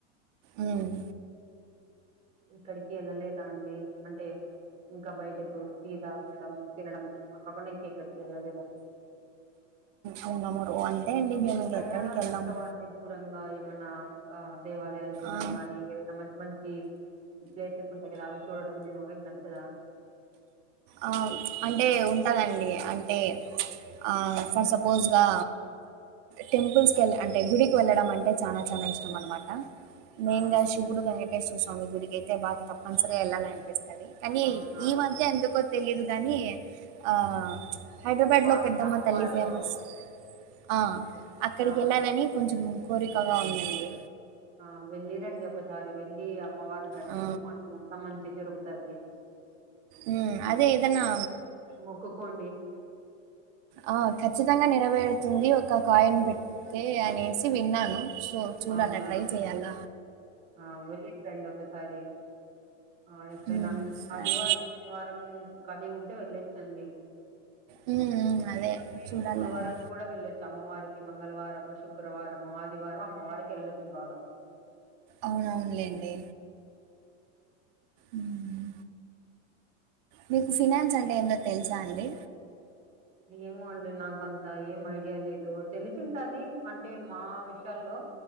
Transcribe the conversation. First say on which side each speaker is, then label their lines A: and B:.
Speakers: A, on the right; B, on the right.
A: ఉమ్
B: ఎక్కడికి వెళ్ళలేదా అండి అంటే ఇంకా బయటకు టీ తాగడం తినడం అక్కకుండా ఇంకెక్కడికి వెళ్ళలేదా
A: అవునాము ర అంతే అండి
B: మీకు
A: మేము ఇంక
B: ప్రయాణాలు
A: ఎక్కడికి వెళ్ళాము
B: నచ్చవా అంటే దూరంగా ఏమైనా ఆ దేవాలయాలు చూడం
A: ఆ
B: గాని ఏదైనా మంచి మంచి ప్లేసెస్ ఉంటాయి కదా అవి చుడడం మీ వారికి నచ్చదా
A: ఆ అంటే ఉంటుదండి అంటే అవు ఫర్ సపోజ్గా టెంపుల్స్ కెళ్ అంటే గుడికి వెళ్ళడం అంటే చానా చానా ఇష్టం అనమాట మెయిన్గా
B: ఆ
A: శివుడు వెంకటేశ్వర స్వామి గుడికి అయితే బాగా తప్పనిసరిగా వెళ్ళాలనిపిస్తది కనీ
B: అవునా
A: ఈ మధ్య ఎందుకొ లేదు గాని ఆ ప్చ్ హైదరాబాద్
B: స్వామి
A: లో పెద్దమ్మ
B: అమ్మవారు
A: తల్లి ఫేమస్ ఆ అక్కడికి
B: ఆ
A: వెళ్ళాలని కొంచెం కోరికగా ఉందండి
B: ఆ వెళ్ళి రండి ఒకసారి వెళ్ళి అమ్మవారిని దర్శించుకోండి
A: ఆ!
B: అంత మంచి జరుగుతది
A: ఉమ్ అదే ఏదన్నా
B: మోక్కుకోండి
A: ఆ ఖచ్చితంగా నెరవేరుతుంది ఒక కాయిన్ పెటతే అనేసి విన్నాను సో చూడాల
B: అవునా
A: ట్రై చేయ్యాల
B: ఆ వెళ్ళి రండి ఒకసారి అ ఎప్పుడైనా
A: హ్మ్. సరే.
B: ఆదివారం శనివారం ఖాళీ ఉంటే వెళ్లేేసి రండి
A: హ్మ్. హ్మ్. అదే
B: వీలుంటే
A: చూడాలండి.
B: శుక్రవారం కూడా వెళ్ళొచ్చు. చమ్మవారికి మంగళవారము శుక్రవారము ఆదివారం అమ్మవారికి వెళ్ళొచ్చు బాగా
A: అవన్ అవునులేండి. ఉమ్ మీకు ఫినాన్స్ అంటే ఏందో తెలుసా అండి
B: ఏమో అండి నాకంత ఏం ఐడియా లేదు తెలిసింటది అంటే మా విషయాల్లో